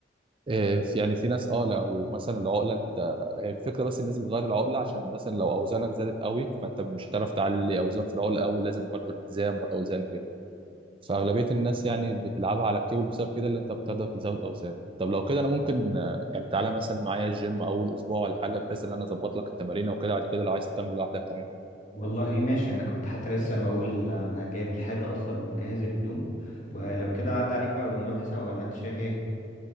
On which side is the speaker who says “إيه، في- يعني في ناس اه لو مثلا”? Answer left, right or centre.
Right